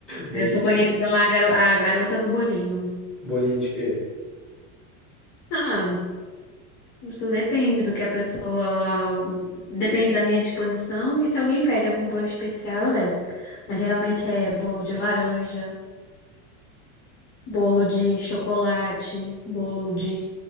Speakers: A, in the centre; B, on the left.
A: Bolinho
B: Eu sou
A: de
B: conhecida
A: quê?
B: lá a garo- a garota do bolinho.
A: Bolinho de quê?
B: Ah, Isso depende do que a pessoa. Depende da minha disposição. E se alguém pede algum bolo especial, eu levo. Mas geralmente é bolo de laranja, bolo de chocolate, bolo de.